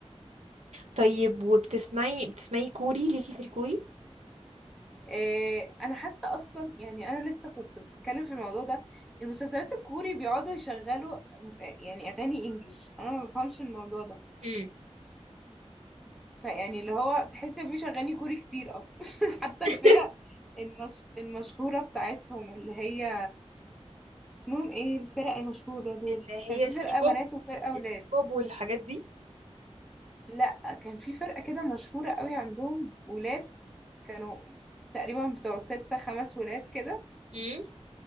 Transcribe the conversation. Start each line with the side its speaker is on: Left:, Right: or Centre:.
Right: طيب وبتسمعي بتسمعي كوري ليكي في الكوري
Centre: إيه انا حاسة اصلا يعني انا لسه كنت بتكلم في الموضوع ده المسلسلات الكوري بيقعدوا يشغلوا م- آه، يعني اغاني انجليش انا ما بفهمش الموضوع ده
Right: امم
Centre: فيعني اللي هو تحس ان مفيش اغاني كوري كتير اصلا <laughs> حتى
Right: <laughs>
Centre: الفرق المش... المشهورة بتاعتهم اللي هي اسمهم ايه الفرق المشهورة دول
Right: اللي
Centre: كان
Right: هي
Centre: في
Right: الكي
Centre: فرقة
Right: بوب
Centre: بنات وفرقة ولاد
Right: البوب والحاجات دي
Centre: لا كان في فرقة كده مشهورة قوي عندهم ولاد كانوا تقريبا بتوع ستة خمس ولاد كده
Right: امم